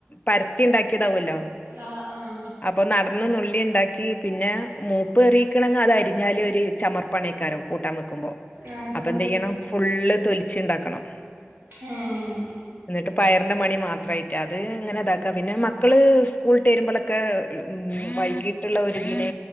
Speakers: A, on the left; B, on the right.
A: പരത്തി ഇണ്ടാക്കിയതാവൂല്ലോ
B: ആഹ് ആഹ്
A: അപ്പൊ നടന്ന് നു ള്ളി ഇണ്ടാക്കി പിന്നെ മൂപ്പ് എറിക്കണെങ്കിൽ അത് അരി ഞ്ഞാല് ഒര് ചമർപ്പണിയക്കാരം കൂട്ടാൻ വെക്കുമ്പോ
B: ആഹ് സമർപ്പിച്ചു
A: അപ്പൊ എന്ത് ചെയ്യണം ഫുള്ള് തൊലിച്ചി ഇണ്ടാക്കണം
B: ഉം
A: എന്നിട്ട് പയറിന്റെ മണി മാത്രയിട്ട അത് ഇങ്ങനെ ത ക്ക പിന്നെ മക്കള് സ്കൂളട്ടരുമ്പോളൊക്കെ ഉ വായി ട്ടുള്ള ഒരു ദിനെ